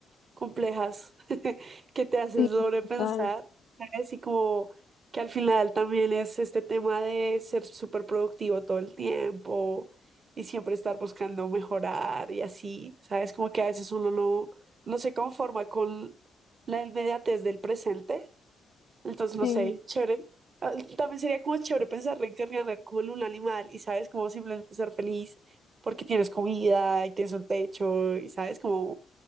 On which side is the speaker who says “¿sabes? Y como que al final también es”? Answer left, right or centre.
Right